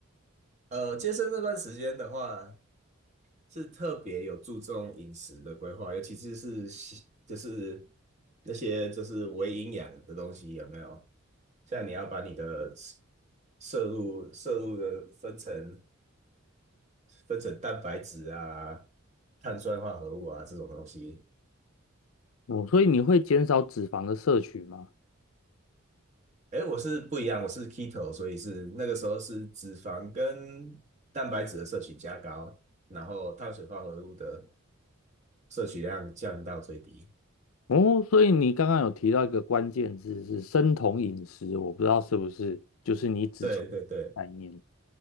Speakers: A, on the right; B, on the left.
A: 呃，健身那段时间的话，是特别有注重饮食的规划，尤其是是西就是那些就是微营养的东西有没有？像你要把你的摄摄入摄入的分成分成蛋白质啊、碳酸化合物啊这种东西，
B: 哦，嗯所以你会减少脂肪的摄取吗？
A: 哎，我是不一样，我是 keto，所以是那个时候是脂肪跟蛋白质的摄取加高，然后碳水化合物的摄取量降到最低。
B: 哦，所以你刚刚有提到一个关键字是生酮饮食，我不知道是不是就是你指出的概念。
A: 对对对